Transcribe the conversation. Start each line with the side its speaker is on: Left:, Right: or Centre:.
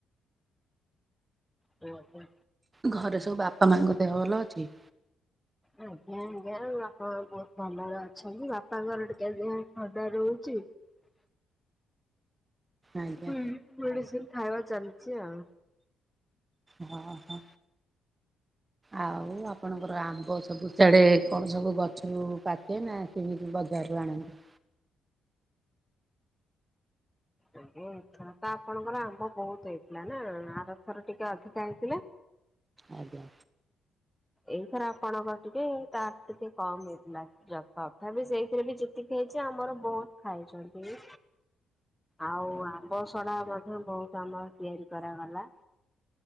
Centre: ହଁ ହଁ।
Right: ଘରେ ସବୁ ବାପା ମାଙ୍କ ଦେହ ଭଲ ଅଛି?
Centre: ଆଜ୍ଞା ଆଜ୍ଞା ବାପା ବହୁତ ଭଲରେ ଅଛନ୍ତି, ବାପାଙ୍କର ଟିକେ ଦେହ ଥଣ୍ଡା ରହୁଛି। <unintelligible>
Right: ଆଜ୍ଞା
Centre: ହଁ ମେଡିସିନ ଖାଇବା ଚାଲିଛି ଆଉ।
Right: ହଁ ହଁ। ଆଉ ଆପଣଙ୍କର ଆମ୍ବ ସବୁ ସଡେ କଣ ସବୁ ଗଛରୁ ପାଚେ ନା କିଣିକି ବଜାରୁ ଆଣନ୍ତି?
Centre: ଆମ୍ବ ଏଥର ତ ଆପଣଙ୍କର ଆମ୍ବ ବହୁତ ହେଇଥିଲା ନା ଆ ରଥର ଟିକେ ଅଧିକା ହେଇଥିଲା।
Right: ଆଜ୍ଞା।
Centre: ଏଇଥର ଆପଣଙ୍କ ଟିକେ ତ ଟିକେ କମ ହେଇଥିଲା ଯ ତଥା ବିି ସେଇଥିରେ ବି ଯେତିକି ହେଇଛି ଆ ଆମର ବହୁତ ଖାଇଛନ୍ତି। ଆଉ ଆମ୍ବ ସଡା ମଧ୍ୟ ବହୁତ ଆମର ତିଆରି କରାଗଲା।